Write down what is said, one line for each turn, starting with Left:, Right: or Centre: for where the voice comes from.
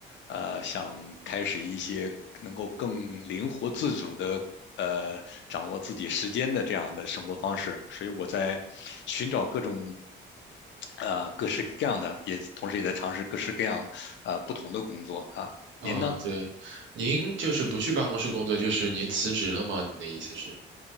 Left: 呃想开始一些能够更灵活自主的呃掌握自己时间的这样的生活方式，所以我在寻找各种呃各式各样的，也同时也在尝试各式各样呃不同的工作啊。
Right: 啊，
Left: 您呢？
Right: 对，您就是不去办公室工作，就是您辞职了吗？你的意思是？